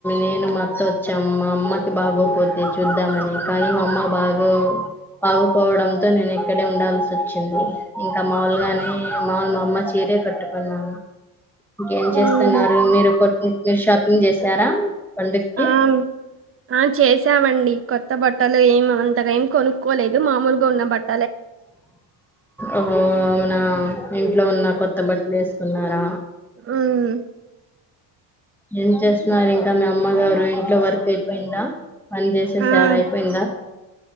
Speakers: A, in the centre; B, on the right (about 25°).
A: నేను మా అత్త వచ్చాము మా అమ్మకి బాగోపోతే చూద్దామని కానీ మా అమ్మ బాగో బాగపోవడంతో నేను ఎక్కడే ఉండాల్సి వచ్చింది కా మాములుగానే మాములు మా అమ్మ చీరే కట్టుకున్నా ఏం చేస్తున్నారు
B: ఉమ్
A: మీరు కొట్ను మీరు షాపింగ్ చేసారా పండుగకి
B: ఆ ఆ చేసావండి కొత్ త్త బట్టలు ఏం అంతగా ఏం కొనుక్కోలేదు మామూలుగా ఉన్న బట్
A: ఓహో అవునా ఇంట్లో ఉన్న కొత్త బట్టలు ఏసుకున్నారా
B: హూ మ్
A: ఏం చేస్తున్నారు ఇంకా మీ అమ్మగారు ఇంట్లో వర్క్ అయిపోయిందా పని చేసేసారు
B: ఆ
A: అయిపోయిందా